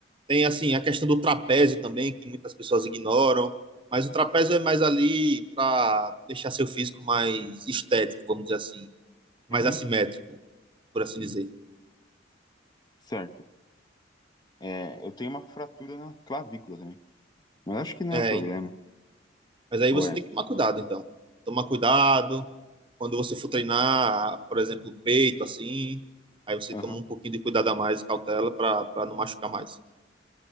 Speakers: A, on the right; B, on the left.
A: Tem assim a questão do trapézio também, que muitas pessoas ignoram, mas o trapézio é mais ali para deixar seu físico mais estético, vamos dizer assim, mais
B: Uhum,
A: assimétrico, por assim dizer.
B: certo. É, eu tenho uma fratura na clavícula também, mas acho que não
A: É,
B: é problema.
A: mas aí você
B: Ué,
A: tem que tomar cuidado, então. Tomar cuidado quando você for treinar, por exemplo, peito, assim, aí você
B: aham,
A: toma um pouquinho de cuidado a mais, cautela, para para não machucar mais.